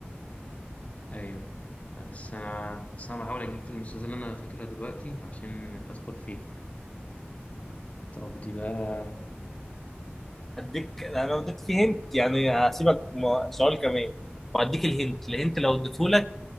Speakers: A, on the left (about 35°); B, in the centre.
A: أيوه بس أنا بس أنا بحاول أجيب في المسلسل اللي أنا فاكرها دلوقتي عشان أدخل فيها طب دي بقى
B: اديك انا لو اديت فيه هنت يعني هسيبك م- سؤال كمان وهديك الهنت الهنت لو اديته لك